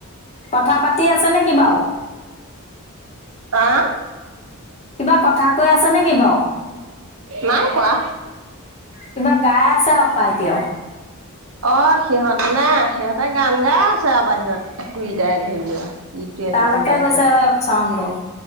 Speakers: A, on the left; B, on the right.
A: কথা পাতি আছে নেকি বাৰু?
B: আহ?
A: কিবা কথা কৈ আছে নেকি বাৰু?
B: নাই কোৱা।
A: কিবা গাই আছে <unintelligible>
B: অ সিহঁতে নে সিহঁতে গান গাই আছে আৰু বাহিৰত। দুইটাই ধৰি লোৱা ইটো
A: তালৈকে
B: এটোকো গাইছে।
A: গৈছে চাউণ্ডটো